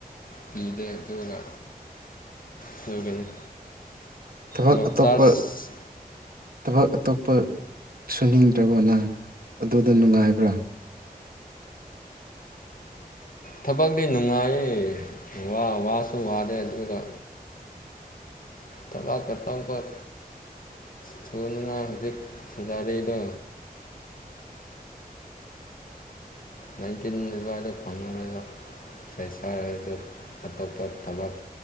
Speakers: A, on the left (about 65°); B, on the right (about 70°).
A: ꯄꯤꯗꯦ ꯑꯗꯨꯅ ꯑꯗꯨꯒꯤꯅꯤ
B: ꯊꯕꯛ
A: ꯃꯣꯝꯇꯥꯖ
B: ꯑꯇꯣꯞꯄ ꯊꯕꯛ ꯑꯇꯣꯞꯄ ꯁꯨꯅꯤꯡꯗ꯭ꯔꯕꯣ ꯅꯪ ꯑꯗꯨꯗ ꯅꯨꯡꯉꯥꯏꯕ꯭ꯔꯥ
A: ꯊꯕꯛꯇꯤ ꯅꯨꯡꯉꯥꯏ ꯋꯥ ꯋꯥꯁꯨ ꯋꯥꯗꯦ ꯑꯗꯨꯒ ꯊꯕꯛ ꯑꯇꯣꯞꯄꯥꯥ ꯊꯨꯗꯨꯅ ꯍꯧꯖꯤꯛ ꯁꯦꯂꯥꯔꯤꯗꯣ ꯅꯥꯏꯟꯇꯤꯟ ꯑꯗꯨꯋꯥꯏꯗ ꯐꯪꯈ꯭ꯔꯒ ꯐꯩꯁꯥꯔꯗ ꯑꯇꯣꯞꯄ ꯊꯕꯛ